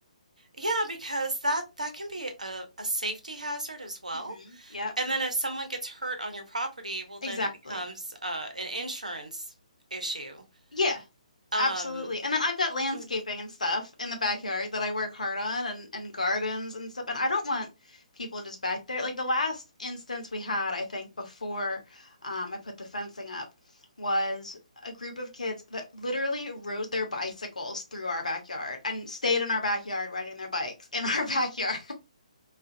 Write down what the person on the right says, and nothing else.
Yeah, because that that can be a, a safety hazard as well.
And then if someone gets hurt on your property, well,
then it becomes uh, an insurance issue.
Um,
mhm.